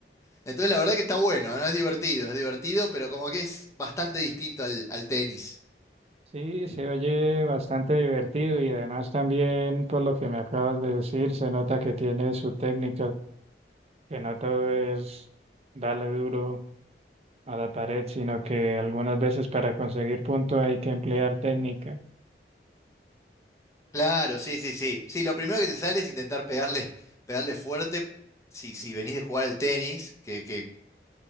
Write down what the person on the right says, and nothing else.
Sí, se oye bastante divertido y además también, por lo que me acabas de decir, se nota que tiene su técnica, que no todo es darle duro. a la pared, sino que algunas veces para conseguir punto hay que emplear técnica.